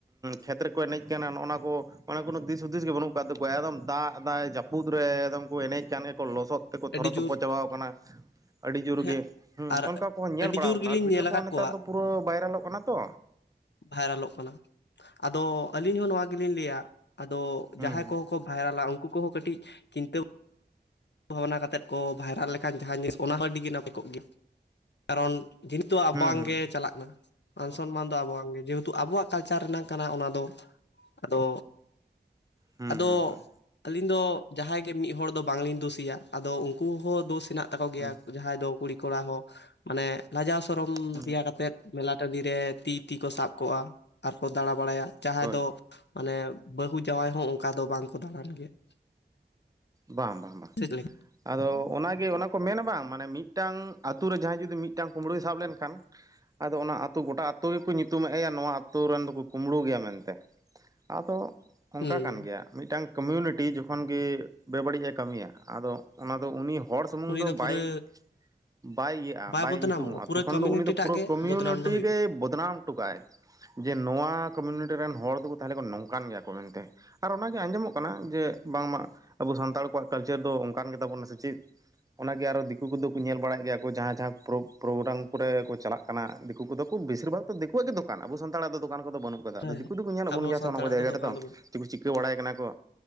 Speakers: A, on the right; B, on the left.
A: ᱠᱷᱮᱛ ᱨᱮᱠᱚ ᱮᱱᱮᱡ ᱠᱟᱱᱟ ᱱᱚᱜᱼᱚ ᱱᱟ ᱠᱚ ᱚᱱᱟᱮ ᱠᱳᱱᱳ ᱫᱤᱥ ᱦᱩᱫᱤᱥ ᱜᱮ ᱵᱟᱹᱱᱩᱜ ᱠᱫ ᱛᱟᱠᱚᱣᱟ᱾ ᱮᱠᱫᱚᱢ ᱫᱟᱜ ᱫᱟᱭ ᱡᱟᱯᱫ ᱵᱩᱫᱽ ᱨᱮ ᱮᱠᱫᱚᱢ ᱠᱚ ᱮᱱᱮᱡ ᱠᱟᱱ ᱜᱮᱠᱚ ᱞᱚᱥᱚᱫ ᱛᱮᱠᱚ ᱛᱷᱚᱨᱚ
B: ᱟᱹᱰᱤ
A: ᱛᱚᱯᱚ
B: ᱡᱳᱨ
A: ᱪᱟᱵᱟᱟᱣ ᱟᱠᱟᱱᱟ ᱟᱹᱰᱤ ᱡᱳᱨ
B: ᱦᱮᱸ
A: ᱜᱮ ᱦᱮᱸ
B: ᱟᱨ
A: ᱚᱱᱠᱟ ᱠᱚᱦᱚᱸ ᱧᱮᱞ
B: ᱟᱹᱰᱤ
A: ᱵᱟᱲᱟ
B: ᱡᱳᱨ
A: ᱟᱠᱟᱱᱟ
B: ᱜᱮᱞᱤᱧ
A: ᱟᱨ ᱵᱷᱤᱰᱭᱳ
B: ᱧᱮᱞ
A: ᱠᱚᱦᱚᱸ
B: ᱟᱠᱟᱫ
A: ᱱᱮᱛᱟᱨ
B: ᱠᱚᱣᱟ
A: ᱫᱚ ᱯᱩᱨᱟᱹ ᱵᱷᱟᱭᱨᱟᱞᱚᱜ ᱠᱟᱱᱟ ᱛᱚ
B: ᱵᱷᱟᱭᱨᱟᱞᱚᱜ ᱠᱟᱱᱟ ᱟᱫᱚ ᱟᱹᱞᱤᱧ ᱦᱚᱸ ᱱᱚᱣᱟ ᱜᱮᱞᱤᱧ ᱞᱟᱹᱭᱟ ᱟᱫᱚ
A: ᱦᱩᱸ
B: ᱡᱟᱦᱟᱸᱭ ᱠᱚᱦᱚᱸ ᱠᱚ ᱵᱷᱟᱭᱨᱟᱞᱟ ᱩᱱᱠᱩ ᱠᱚᱦᱚᱸ ᱠᱟᱹᱴᱤᱡ ᱪᱤᱱᱛᱟᱹ ᱵᱷᱟᱵᱽᱱᱟ ᱠᱟᱛᱮᱫ ᱠᱚ ᱵᱷᱟᱭᱨᱟᱞ ᱞᱮᱠᱷᱟᱱ ᱡᱟᱦᱟᱸ ᱡᱤᱱᱤᱥ ᱚᱱᱟ ᱦᱚᱸ ᱟᱹᱰᱤᱜᱮ ᱱᱟᱯ ᱠᱚᱜ ᱜᱮᱭᱟ᱾ ᱠᱟᱨᱚᱱ ᱡᱮᱦᱮᱛᱩ <unintelligible>
A: ᱦᱩᱸ
B: ᱵᱟᱝ
A: ᱦᱩᱸ
B: ᱜᱮ ᱪᱟᱞᱟᱜ ᱱᱟ᱾ <unintelligible> ᱢᱟᱱᱥᱚᱱᱢᱟᱱ ᱫᱚ ᱟᱵᱚ ᱟᱝᱜᱮ ᱡᱮᱦᱮᱛᱩ ᱟᱵᱚᱣᱟᱜ ᱠᱟᱞᱪᱟᱨ ᱨᱮᱱᱟᱝ ᱠᱟᱱᱟ ᱚᱱᱟ ᱫᱚ ᱟᱫᱚ
A: ᱦᱩᱸ
B: ᱟᱫᱚ
A: ᱦᱩᱸ ᱦᱩᱸ ᱦᱩᱸ
B: ᱟᱹᱞᱤᱧ ᱫᱚ ᱡᱟᱸᱦᱟᱭ ᱜᱮ ᱢᱤᱫ ᱦᱚᱲ ᱫᱚ ᱵᱟᱝᱞᱤᱧ ᱫᱳᱥᱤ ᱛᱤᱭᱟ ᱟᱫᱚ ᱩᱱᱠᱩ ᱦᱚᱸ ᱫᱳᱥ ᱦᱮᱱᱟᱜ ᱛᱟᱠᱚ ᱜᱮᱭᱟ
A: ᱦᱩᱸ
B: ᱡᱟᱸᱦᱟᱭ ᱫᱚ ᱠᱩᱲᱤ ᱠᱚᱲᱟ ᱦᱚᱸ ᱢᱟᱱᱮ ᱞᱟᱡᱟᱣ ᱥᱚᱨᱚᱢ
A: ᱦᱩᱸ
B: ᱫᱤᱭᱟ ᱠᱟᱛᱮᱫ ᱢᱮᱞᱟ ᱴᱟᱺᱰᱤᱨᱮ ᱛᱤ ᱛᱤ ᱠᱚ ᱥᱟᱵ ᱠᱚᱜᱼᱟ ᱟᱨᱠᱚ ᱫᱟᱬᱟ ᱵᱟᱲᱟᱭᱟ ᱡᱟᱸᱦᱟᱭ
A: ᱦᱳᱭ
B: ᱫᱚ ᱢᱟᱱᱮ ᱵᱟᱹᱦᱩ ᱡᱟᱶᱟᱭ ᱦᱚᱸ ᱚᱱᱠᱟ ᱫᱚ ᱵᱟᱝᱠᱚ ᱫᱟᱬᱟᱱ ᱜᱮ ᱾
A: ᱵᱟᱝ ᱵᱟᱝ ᱵᱟᱝ
B: ᱥᱮ ᱪᱮᱫ <unintelligible>
A: ᱟᱫᱚ ᱚᱱᱟᱜᱮ ᱚᱱᱟ ᱠᱚ ᱢᱮᱱᱟ ᱵᱟᱝ ᱢᱟᱱᱮ ᱢᱤᱫᱴᱟᱝ ᱟᱛᱩ ᱨᱮ ᱡᱟᱸᱦᱟᱭ ᱡᱩᱫᱤ ᱢᱤᱫᱴᱟᱝ ᱠᱳᱢᱵᱽᱲᱳᱭ ᱥᱟᱵ ᱞᱮᱱᱠᱷᱟᱱ ᱟᱫᱚ ᱚᱱᱟ ᱟᱹᱛᱩ ᱜᱚᱴᱟ ᱟᱹᱛᱳ ᱜᱮᱠᱚ ᱧᱩᱛᱩᱢᱟ ᱮᱭᱟ ᱱᱚᱣᱟ ᱟᱹᱛᱳ ᱨᱮᱱ ᱫᱚᱠᱚ ᱠᱳᱢᱵᱽᱲᱩ ᱜᱮᱭᱟ ᱢᱮᱱᱛᱮ ᱾ ᱟᱫᱚ ᱚᱱᱠᱟ
B: ᱦᱩᱸ
A: ᱠᱟᱱ ᱜᱮᱭᱟ ᱢᱤᱫᱴᱟᱝ ᱠᱟᱹᱢᱤᱭᱩᱱᱤᱴᱤ ᱡᱚᱠᱷᱚᱱ ᱜᱮ ᱵᱮᱵᱟᱹᱲᱤᱡ ᱮ ᱠᱟᱹᱢᱤᱭᱟ ᱟᱫᱚ ᱚᱱᱟ ᱫᱚ ᱩᱱᱤ ᱦᱚᱲ ᱥᱩᱢᱩᱝ
B: ᱩᱱᱤ
A: ᱫᱚ ᱵᱟᱭ
B: ᱯᱩᱨᱟᱹ
A: ᱵᱟᱭ ᱤᱭᱟᱹᱜᱼᱟ ᱵᱟᱭ
B: ᱵᱚᱫᱱᱟᱢᱚᱜᱼᱟ
A: ᱧᱩᱛᱩᱢᱚᱜᱼᱟ
B: ᱯᱩᱨᱟᱹ
A: ᱛᱚᱠᱷᱚᱱ
B: ᱠᱚᱢᱤᱩᱱᱤᱴᱤ
A: ᱫᱚ ᱩᱱᱤ ᱫᱚ ᱯᱩᱨᱟᱹ
B: ᱴᱟᱜ ᱜᱮ
A: ᱠᱚᱢᱤᱭᱩᱱᱤᱴᱤ
B: ᱵᱚᱫᱱᱟᱢ ᱫᱚ ᱦᱩᱭᱩᱜᱼᱟ
A: ᱜᱮᱭ ᱵᱚᱫᱱᱟᱢ ᱴᱚᱠᱟᱜ ᱟᱭ ᱾ ᱡᱮ ᱱᱚᱣᱟ ᱠᱚᱢᱤᱭᱩᱱᱤᱴᱤ ᱨᱮᱱ ᱦᱚᱲ ᱫᱚᱠᱚ ᱛᱟᱦᱚᱞᱮ ᱠᱚ ᱱᱚᱝᱠᱟᱱ ᱜᱮᱭᱟ ᱠᱚ ᱢᱮᱱᱛᱮ ᱾ ᱟᱨ ᱚᱱᱟᱜᱮ ᱟᱸᱡᱚᱢᱚᱜ ᱠᱟᱱᱟ ᱡᱮ ᱵᱟᱝᱢᱟ ᱟᱵᱚ ᱥᱟᱱᱛᱟᱲ ᱠᱚᱣᱟᱜ ᱠᱟᱞᱪᱟᱹᱨ ᱫᱚ ᱚᱱᱠᱟᱱ ᱜᱮᱛᱟᱵᱚᱱᱟ ᱥᱮ ᱪᱤᱫ? ᱚᱱᱟᱜᱮ ᱟᱨᱦᱚ ᱫᱤᱠᱩ ᱠᱚᱫᱚ ᱠᱚ ᱧᱮᱞ ᱵᱟᱲᱟᱭᱮ ᱜᱮᱭᱟ ᱠᱚ ᱡᱟᱸᱦᱟ ᱡᱟᱸᱦᱟ ᱯᱨᱳ ᱯᱨᱳᱜᱨᱟᱢ ᱠᱚᱨᱮ ᱠᱚ ᱪᱟᱞᱟᱜ ᱠᱟᱱᱟ ᱫᱮᱠᱳ ᱠᱚᱫᱚ ᱠᱚ ᱵᱮᱥᱤᱨ ᱵᱷᱟᱜᱽ ᱫᱚ ᱫᱮᱠᱳᱣᱟᱜ ᱜᱮ ᱫᱚᱠᱟᱱ ᱟᱵᱚ ᱥᱟᱱᱛᱟᱲᱟᱜ ᱫᱚᱠᱟᱱ ᱠᱚᱫᱚ ᱵᱟᱹᱱᱩᱜ ᱠᱫᱟ
B: ᱦᱮᱸ
A: ᱫᱤᱠᱩ ᱫᱚᱠᱚ ᱧᱮᱞᱮᱫ
B: ᱟᱵᱚ
A: ᱵᱚᱱ ᱜᱮᱭᱟ
B: ᱥᱟᱱᱛᱟᱲᱟᱜ
A: ᱥᱮ ᱚᱱᱟ ᱠᱚ ᱡᱟᱭᱜᱟ
B: ᱫᱚ ᱫᱚᱠᱟᱱ
A: ᱨᱮᱫᱚ
B: ᱫᱚ ᱵᱟᱹᱱᱩᱜ
A: ᱪᱩ ᱪᱤᱠᱟᱹ ᱵᱟᱲᱟᱭ ᱠᱟᱱᱟ ᱠᱚ